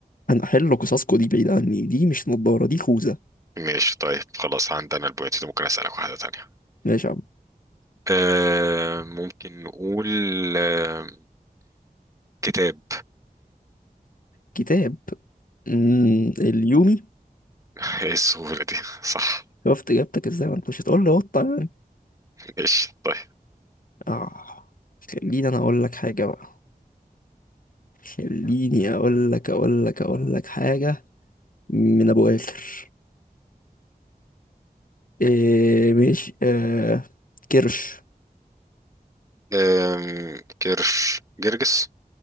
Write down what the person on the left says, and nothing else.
انا احل قصصكو دي بعيد عني دي مش نضاره دي خوذه
ماشي يا عم
كتاب مم، اليومي
شفت اجابتك ازاي ما انت مش هتقول لي قطه يعني
اه خليني انا اقول لك حاجه بقى خليني اقول لك اقول لك اقول لك حاجه من ابو اخر إيه ماشي آه كرش